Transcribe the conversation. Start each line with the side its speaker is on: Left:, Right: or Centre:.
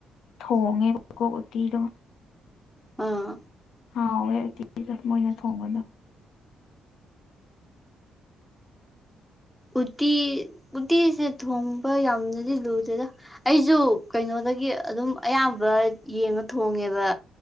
Left: ꯊꯣꯡꯉꯦꯕꯀꯣ ꯎꯠꯇꯤꯗꯣ
Centre: ꯑꯥ
Left: ꯍꯥꯎꯋꯦ ꯎꯠꯇꯤꯗꯣ ꯃꯣꯏꯅ ꯊꯣꯡꯕꯗꯣ
Centre: ꯎꯇꯤ ꯎꯇꯤꯁꯦ ꯊꯣꯡꯕ ꯌꯥꯝꯅꯗꯤ ꯂꯨꯗꯦꯗ ꯑꯩꯁꯨ ꯀꯩꯅꯣꯗꯒꯤ ꯑꯗꯨꯝ ꯑꯌꯥꯝꯕ ꯌꯦꯡꯉ ꯊꯣꯡꯉꯦꯕ